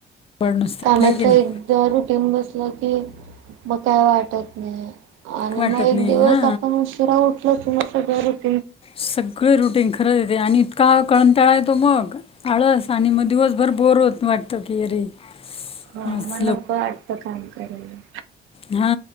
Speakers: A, on the left (about 30°); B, on the right (about 80°).
A: नुसती
B: कामाच
A: नाही की नाही
B: एकदा रुटींग बसलं. की मग काय वाटत नाही. आणि
A: वाटत
B: मग एक
A: नाही
B: दिवस
A: हा
B: आपण उशिरा उठलो ती मग सगळ रुटींग.
A: सगळी रेटिंग खराब. खरंच येते. आणि इतका कंटाळा येतो मग. आळस आणि मग दिवसभर बोर होत. वाटत की अरे.
B: हा
A: आज
B: मग नको वाटतं काम करायला.
A: हा